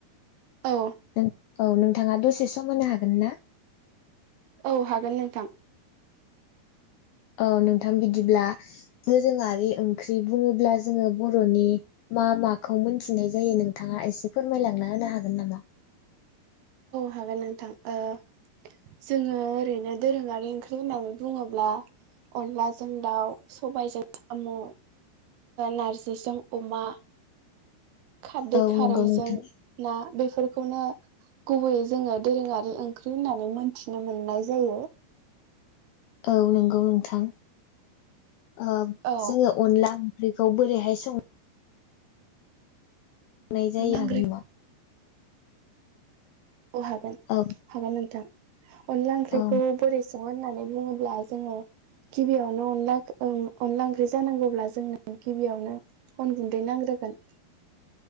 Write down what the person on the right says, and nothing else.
औ
औ हागोन नोंथां
औ हागोन नोंथां ओ जोङो ओरैनो दोरोङारि ओंख्रि होननानै बुङोब्ला अनलाजों दाउ सबायजों साम'ओ नारजिजों अमा खारदै
खारैजों
ना बे बेफोरखौनो गुबैयै जोङो दोरोङारि ओंख्रि होननानै मोनथिनो मोननाय जायो
औ
अनला
ओंख्रिखौ औ हागोन
हागोन नोंथां अनला ओंख्रिखौ
बोरै सं होननानै बुङोब्ला जोङो गिबियावनो अन अनला ओंख्रि जानांगौब्ला जोङनो गिबियावनो अन गुन्दै नांग्रोगोन